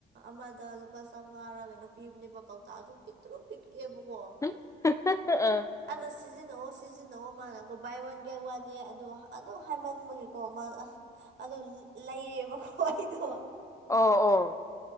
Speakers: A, on the right (about 60°); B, on the left (about 15°).
A: ꯑꯃꯗ ꯂꯨꯄꯥ ꯆꯃꯉꯥꯔ ꯀꯩꯅꯣ ꯄꯤꯕꯅꯦꯕ ꯀꯧꯇꯥꯁꯨ ꯄꯤꯛꯇ꯭ꯔꯨ ꯄꯤꯛꯑꯦꯕꯀꯣ
B: <unintelligible>
A: ꯑꯗꯣ ꯁꯤꯖꯤꯟꯅꯧ ꯁꯤꯖꯤꯟꯅꯧ ꯃꯥꯅꯀꯣ ꯕꯥꯏ ꯋꯥꯟ ꯒꯥꯏ ꯋꯥꯟꯅꯦ ꯑꯗꯣ ꯑꯗꯨꯝ ꯍꯥꯏꯃꯟꯕꯒꯤ ꯀ ꯑꯗꯣ ꯂꯩꯌꯦꯕꯀꯣ ꯑꯩꯗꯣ
B: ꯑꯣ ꯑꯣ